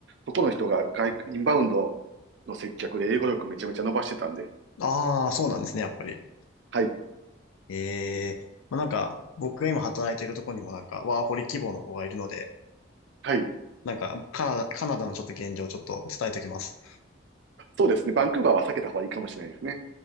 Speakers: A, on the right (about 55°); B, on the left (about 80°).
A: そこの人が外、インバウンドの接客で英語力めちゃめちゃ伸ばしてたんで、
B: ああ、そうなんですね、やっぱり。
A: はい、
B: ええまあ、なんか、僕が今働いてるとこにもなんか、ワーホリ希望の子がいるので、
A: はい、
B: なんか、カナダ、カナダのちょっと現状をちょっと伝えときます。
A: そうですね、バンクーバーは避けた方がいいかもしれないですね。